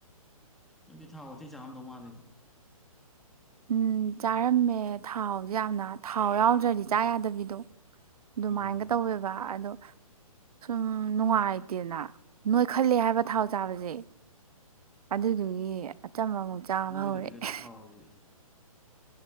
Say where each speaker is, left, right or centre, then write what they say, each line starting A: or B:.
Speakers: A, in the centre; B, on the right.
A: ꯅꯣꯏꯗꯤ ꯊꯥꯎ ꯋꯥꯇꯤ ꯆꯥꯝꯗꯧ ꯃꯥꯜꯂꯤꯗ꯫
B: ꯎꯝ ꯆꯥꯔꯝꯃꯦ ꯊꯥꯎꯁꯦ ꯌꯥꯝꯅ ꯊꯥꯎ ꯌꯥꯎꯗ꯭ꯔꯗꯤ ꯆꯥ ꯌꯥꯗꯕꯤꯗꯣ꯫ ꯑꯗꯨꯃꯥꯏꯅꯒ
A: ꯎꯝ
B: ꯇꯧꯋꯦꯕ ꯑꯗꯣ ꯁꯨꯝ ꯅꯨꯡꯉꯥꯏꯇꯦꯅ ꯅꯣꯏꯈꯠꯂꯦ ꯍꯥꯏꯕ ꯊꯥꯎ ꯆꯥꯕꯁꯦ꯫ ꯑꯗꯨꯗꯨꯒꯤ ꯑꯆꯝꯕ ꯑꯃꯨꯛ ꯆꯥꯕ
A: ꯅꯣꯏꯗꯗꯤ
B: ꯍꯧꯔꯛꯑꯦ꯫
A: ꯀꯩꯅꯣ ꯊꯥꯎꯗꯤ